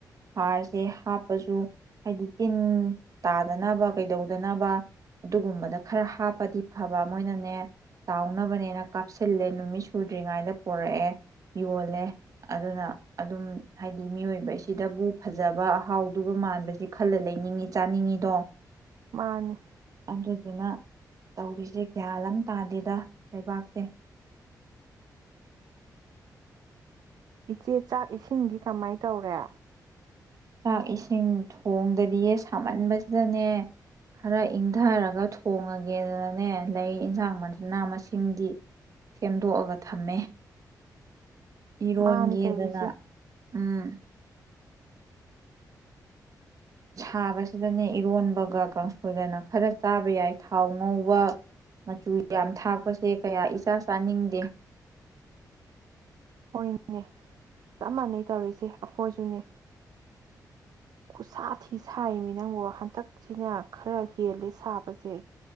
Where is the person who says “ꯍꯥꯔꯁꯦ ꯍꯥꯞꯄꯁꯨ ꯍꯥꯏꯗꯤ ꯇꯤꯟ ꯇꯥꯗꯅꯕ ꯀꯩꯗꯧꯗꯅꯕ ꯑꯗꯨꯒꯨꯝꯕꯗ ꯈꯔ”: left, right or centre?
Right